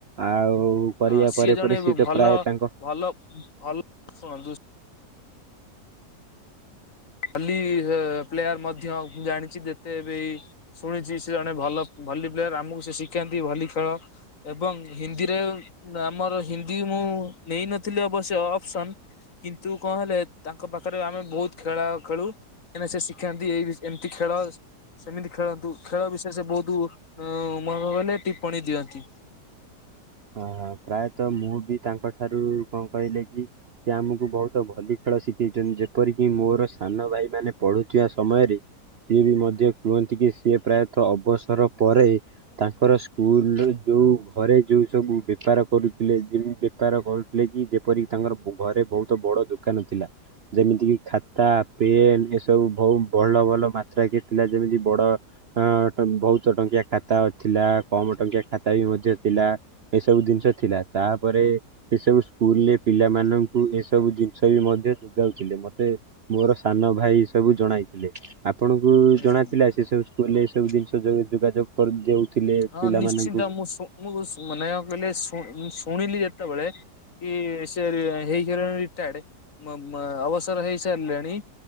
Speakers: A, on the right; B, on the left.
A: ଆଉ କରିବା
B: ହଁ ସିଏ
A: ପରେ
B: ଜଣେ
A: ପରେ ତ
B: ଭଲ,
A: ପ୍ରାୟ ତାଙ୍କ
B: ଭଲ, ଭଲ ଶୁଣନ୍ତୁ ଭଲି ହେ ପ୍ଲେୟାର୍ ମଧ୍ୟ ମୁଁ ଜାଣିଚି ଯେତେ ବି ଶୁଣିଚି ସେ ଜଣେ ଭଲ ଭଲି ପ୍ଲେୟାର୍ ଆମକୁ ସିଏ ଶିକାନ୍ତି ଭଲି ଖେଳ। ଏବଂ ହିନ୍ଦୀରେ ଆମର ହିନ୍ଦୀ ମୁଁ ନେଇନଥିଲି ଅବଶ୍ୟ ଅପସନ୍। କିନ୍ତୁ କଣ ହେଲେ ତାଙ୍କ ପାଖରେ ଆମେ ବହୁତ ଖେଳ ଖେଳୁ କେନେ ସେ ଶିଖାନ୍ତି ଏଇ ଏମତି ଖେଳ ସେମିତି ଖେଳନ୍ତୁ। ଖେଳ ବିଷୟ ସେ ବହୁତୁ ଅଁ, ମୋହର ମାନେ ଟିପ୍ପଣୀ ଦିଅନ୍ତି।
A: ହଁ, ହଁ ପ୍ରାୟତ ମୁଁ ବି ତାଙ୍କ ଠାରୁ କଣ କହିଲେ କି ସିଏ ଆମକୁ ଭଉତ ଭଲି ଖେଳ ଶିଖେଇଛନ୍ତି। ଯେପରିକି ମୋର ସାନ ଭାଇ ମାନେ ପଢୁଥିବା ସମୟରେ ସିଏ ବି ମଧ୍ୟ କୁହନ୍ତି କି ସିଏ ପ୍ରାୟତ ଅବସର ପରେ ତାଙ୍କର ସ୍କୁଲ୍ ରେ ଯୋଉ ଘରେ ଯୋଉ ସବୁ ବେପାର କରୁଥିଲେ, ଯେଉଁ ବେପାର କରୁଥିଲେ କି ଯେପରିି ତାଙ୍କର ଘରେ ବହୁତ ବଡ଼ ଦୁ କାନ ଥିଲା। ଯେମିତି କି ଖାତା, ପେନ୍ ଏସବୁ ବହୁ ଭଲ ଭଲ ମାତ୍ରାକେ ଥିଲା। ଯେମିତି ବଡ ଅ, ଟଙ୍କ ବହୁତ ଟଙ୍କିଆ ଖାତା ଅ, ଥିଲା। କମ ଟଙ୍କିଆ ଖାତା ବି ମଧ୍ୟ ଥିଲା। ଏସବୁ ଦିନିଷ ଥିଲା। ତାପରେ ସେ ସବୁ ସ୍କୁଲ୍ ରେ ପିଲାମାନଙ୍କୁ ଏ ସବୁ ଜିନିଷ ବି ମଧ୍ୟ ଯୁଗାଉଥିଲେ। ମୋତେ ମୋର ସାନ ଭାଇ ସବୁ ଜଣାଇଥିଲେ। ଆପଣଙ୍କୁ
B: ହୁଁ।
A: ଜଣା ଥିଲା ସେ ସବୁ ସ୍କୁଲ୍ ରେ ଏ ସବୁ ଜିନିଷ ଯୋ ଯୁଗାଯୋଗ? କରି ଦେଉଥିଲେ
B: ହଁ
A: ପିଲାମାନଙ୍କୁ।
B: ନିଶ୍ଚିନ୍ତ ମୁଁ ମୁଁ ଶୁ ମାନେ ୟା କଇଲେ ଶୁଣ ଶୁଣିଲି ଯେତେବେଳେ କି ସିଏ ରି- ହେଇସାଇଲେଣି ରିଟାୟାର୍ଡ। ମ-ମ- ଅବସର ହେଇ ସାରଲେଣି